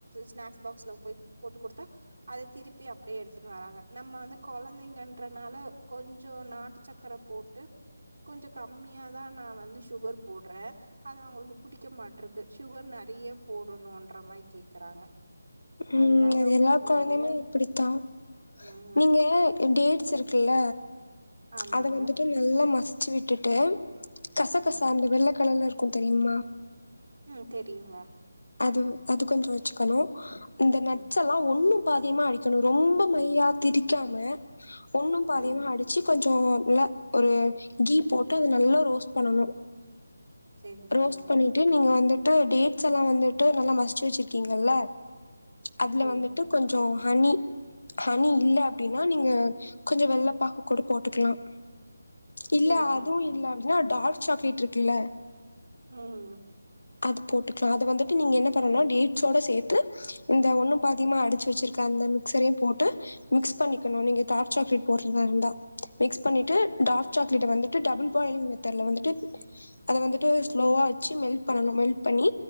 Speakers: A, on the right; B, on the left.
A: ஸ்நாக்ஸ் பாக்ஸ்ல போய் போட்டு கொடுத்தா அத திருப் அப்படியே எடுத்துன்னு வராங்க நம்ப வந்து குழந்தைங்கன்றனால கொஞ்ச நாட்டு சக்கரை போட்டு கொஞ்ச கம்மியாதான் நான் வந்து சுகர் போடுறேன் அது அவங்களுக்கு பிடிக்க மாட்டிருக்கு சுகர் நிறைய போடணும்ன்ற மாரி கேக்குறாங்க
B: உம்
A: அதுதாங்க
B: அது எல்லா குழந்தையுமே
A: நெறைய
B: அப்டித்தான்
A: ம்
B: நீங்க என் டேட்ஸ் இருக்குல்ல
A: ஆமாங்க
B: அத வந்துட்டு நல்லா மசிச் ச்சு விட்டுட்டு கச கச
A: ம்
B: அந்தவெல்ல கலர்ல இருக்கும் தெரியுமா
A: உம் தெரியுங்க
B: அது அது கொஞ்சம் வச்சுக்கணும் இந்த நட்சல்லாம்
A: ம்
B: ஒண்ணும் அதிகமா அடிக்கணும் ரொம்ப மையா திரிக்காம ஒண்ணும் பாதியுமா
A: ம்
B: அடிச்சு கொஞ்சம் நல்ல ஒரு கீ போட்டு அது நல்லா ரோஸ்ட் பண்ணணும்
A: சரி சரிங்க.
B: ரோஸ்ட் பண்ணிட்டு நீங்க வந்து டேட்ஸ் எல்லாம் வந்து நல்லா மசுச்சி வச்சிருக்கீங்கல்ல அதுல
A: ம்
B: வந்துட்டு கொஞ்சம் ஹனி ஹனி இல்ல அப்படின்னா நீங்க கொஞ்ச வெள்ளப்பாகு கூட போட்டுக்கலாம் இல்ல
A: சரி சரிங்க.
B: அதுவும் இல்ல அப்படின்னா டார்க் சாக்லேட் இருக்குல்ல
A: உம்
B: அது போட்டுக்கலாம் அது வந்து நீங்க என்ன பண்ண டேட்ஸோட சேர்த்து இந்த ஒண்ணும் பாத்தியமா அடிச்சு வச்சிருக்க அந்த மிக்சரையும் போட்டு மிக்ஸ் பண்ணிக்கணும் நீங்க டார்க் சாக்லேட் போடுறதா இருந்தா மிக்ஸ் பண்ணிட்டு டார்க் சாக்லேட்ட வந்துட்டு டபுள் பாயிங் மெத்தர்ல வந்துட்டு அத வந்துட்டு
A: ம்
B: ஸ்லோவா வச்சு மெல்ட் பண்ணணும் மெல்ட் பண்ணி